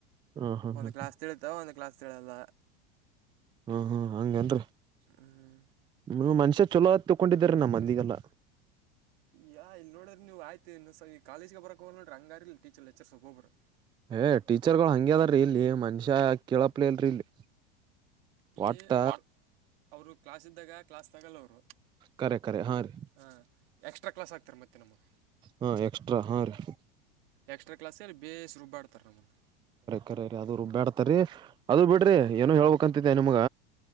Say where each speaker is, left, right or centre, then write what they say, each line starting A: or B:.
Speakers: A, on the right; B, on the right.
A: ಹ್ಮ್ ಹ್ಮ್
B: ಒಂದ್
A: ಹ್ಮ್
B: ಕ್ಲಾಸ್ ತಿಳಿತ ಒಂದು ಕ್ಲಾಸ್ ತಿಳಲ್ಲ.
A: ಹ್ಮ್ ಹ್ಮ್ ಹಂಗನರಿ
B: ಹ್ಮ್
A: ್ಮ ಮನುಷ ಚಛಲೋ ತೊಕೊಂಡಿದಿದ್ದಾರೆ ನಮ್ಮ್ ಅಲ್ಲಿಗೆಲ್ಲ
B: ಯ ಇಲ್ ನೋಡ್ರ ನೀವ್ಯ್ತ ಇ ಕಾಲೇಜ್ಗೆ ಬರಕ್ ಹೋಗ್ ನೋಡ್ರ ಹಂಗಾರಾರಿಿಲ್ಲ ಟೀಚರ್ ಲೆಕ್ರ್ ಒಬರು
A: ಏ ಟೀಚರ್ ಗಳು ಹಂಗಗೆ ಅದಾರ್ರೀ ಇಲ್ಲಿ ಮನುಷ್ಯ ಕೇಳಪ್ಲಿ ಅಲ್ರರಿ ಇಲ್ಲಿ
B: ಇಲ್ಲಿ
A: ಒಟ್ಟ
B: ಅವರು ಅವರು ಕ್ಲಾಸ್ ಇದ್ದಾಗ ಕ್ಲಾಸ್ ತಗಲ್ಲ ಅವರು
A: ಕರೆಕ್ ಕರೆ ಹಾಂ ರೀ
B: ಹಾಂ ಎಕ್ಸ್ಟ್ರಾ ಕ್ಲಾಸ್ ಹಾಕ್ತಾರೆ ಮತ್ತೆ ನಮಗೆ
A: ಹಾಂ ಎಕ್ಸ್ಟ್ರಾ ಹಾಂ ರೀ
B: ಎಕ್ಸ್ಟ್ರಾ ಕ್ಲಸ್ಲ್ಲಿ ಬೇಸ್ ರುಬ್ಬಾಡ್ತಾರೆ ನಮ್ಮನ್ನು
A: ಕರರಿ ಅದು ರುಬ್ ಬ್ಯಾಡತರಿೀ ಅದ ಬಿಡ್ರಿ ಏನು ಹೇಳ್ಬಕ್ಂತಿದ್ದ ನಿಮ್ಗ